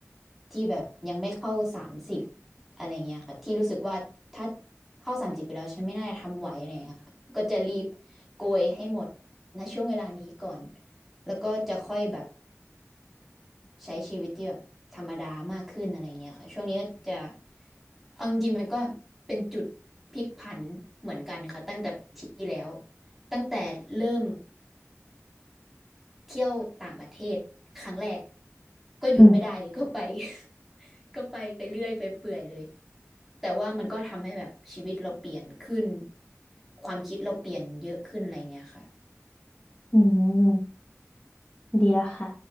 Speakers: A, in the centre; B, on the left.
A: ที่แบบยังไม่เข้าสามสิบอะไรเงี้ยค่ะที่รู้สึกว่าถ้าเข้าสามสิบไปแล้วฉันไม่น่าจะทำไหวอะไรเงี้ยค่ะก็จะรีบโกยให้หมดณช่วงเวลานี้ก่อนแล้วก็จะค่อยแบบ ใช้ชีวิตที่แบบธรรมดามากขึ้นอะไรเงี้ยค่ะช่วงนี้ก็จะเอาจริงๆมันก็เป็นจุดพลิกผันเหมือนกันค่ะตั้งแต่ปีที่แล้วตั้งแต่เริ่มเที่ยวต่างประเทศครั้งแรก
B: <laughs>
A: ก็หยุดไม่ได้เลย
B: อืม
A: <laughs> ก็ไป <laughs> ก็ไปไปเรื่อยไปเปื่อยเลยแต่ว่ามันก็ทำให้แบบชีวิตเราเปลี่ยนขึ้นความคิดเราเปลี่ยนเยอะขึ้นอะไรเงี้ยค่ะ
B: อืมดีแล้วค่ะ